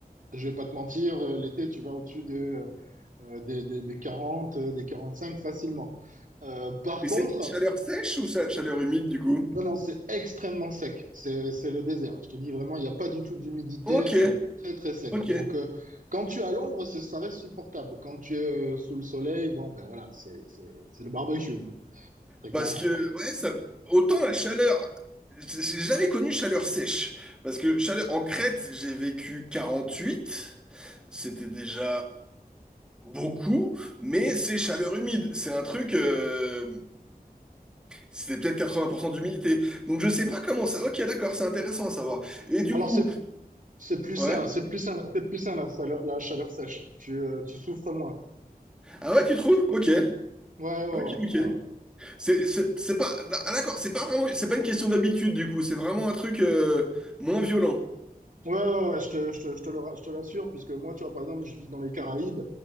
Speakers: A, on the right; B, in the centre.
A: Je vais pas te mentir, euh, l'été, tu vas au-dessus de euh, euh, des, des, des 40 euh, des 45 facilement. Euh, par
B: Et
A: contre,
B: c'est chaleur sèche ou ça- chaleur humide du coup?
A: non, non, c'est extrêmement sec. C'est, c'est le désert. Je te dis vraiment, il n'y a pas du tout d'humidité.
B: Ok,
A: C'est très, très sec.
B: ok.
A: Donc, euh, quand tu es à l'ombre, c'est- ça reste supportable. Quand tu es euh, sous le soleil, bon, ben voilà, c'est, c'est, c'est le barbecue, hein, très
B: Parce
A: clairement.
B: que, ouais, ça... autant la chaleur, j'ai j'ai jamais connu chaleur sèche. Parce que chaleur en Crète, j'ai vécu 48, c'était déjà beaucoup, mais c'est chaleur humide. C'est un truc, euh, c'était peut-être 80% d'humidité. Donc je sais pas comment ça. Ok, d'accord, c'est intéressant à savoir. Et du
A: Alors,
B: coup,
A: c'est, c'est plus
B: ouais.
A: sain, c'est plus sain, c'est plus sain la chaleur, la chaleur sèche. Tu, euh, tu souffres moins.
B: Ah ouais, tu trouves? Ok.
A: Ouais, ouais,
B: Ok, ok.
A: ouais, ouais. ouais.
B: C'est c'est- c'est pas. Ah d'accord, c'est pas vraiment. C'est pas une question d'habitude du coup, c'est vraiment un truc euh, moins violent.
A: Ouais, ouais, ouais, je te, je te, je te le, ra- je te l'assure, puisque moi, tu vois, par exemple, je vis dans les Caraïbes